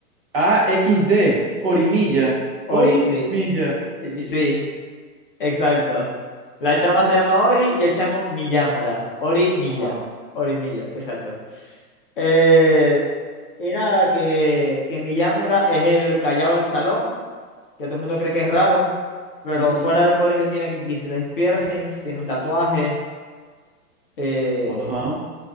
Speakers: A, on the right (about 40°); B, on the left (about 35°).
A: Ah, XD. Orimilla.
B: Ori,
A: Orimilla.
B: sí, eh, sí. Exacto. La chama se llama Ori y el chamo Miyamura. Ori Miya.
A: Ajá.
B: Ori Miya, exacto. Eh, y nada, que, que Miyamura es el callado del salón, que todo el mundo cree que es raro, pero
A: ujú,
B: fuera del colegio tiene 16 piercings, tiene un tatuaje. eh,
A: Ajá.